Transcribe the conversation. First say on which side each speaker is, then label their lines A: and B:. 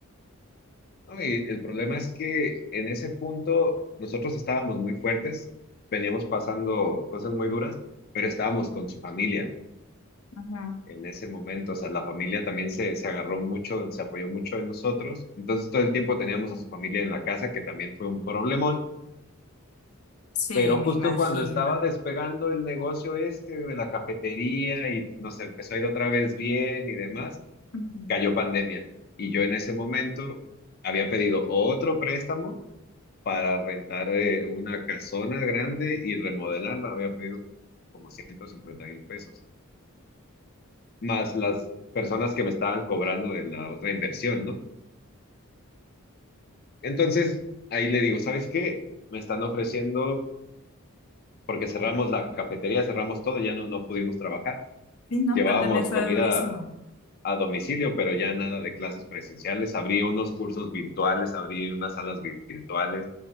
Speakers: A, on the left; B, on the left.
A: No, y el problema es que en ese punto nosotros estábamos muy fuertes, veníamos pasando cosas muy duras, pero estábamos con su familia
B: Ajá.
A: en ese momento. O sea, la familia también se, se agarró mucho, se apoyó mucho en nosotros. Entonces todo el tiempo teníamos a su familia en la casa, que también fue un problemón.
B: Sí,
A: Pero
B: me
A: justo
B: imagino.
A: cuando estaba despegando el negocio este de la cafetería y nos empezó a ir otra vez bien y demás,
B: Ujú.
A: cayó pandemia. Y yo en ese momento había pedido otro préstamo para rentar eh, una casona grande y remodelarla. Había pedido 150 mil pesos, más las personas que me estaban cobrando de la otra inversión, ¿no? Entonces, ahí le digo, ¿sabes qué? Me están ofreciendo, porque cerramos la cafetería, cerramos todo, ya no, no pudimos trabajar.
B: Sí, no,
A: Llevábamos
B: pandemia fue
A: comida
B: durísimo.
A: a domicilio, pero ya nada de clases presenciales. Abrí unos cursos virtuales, abrí unas salas vi- virtuales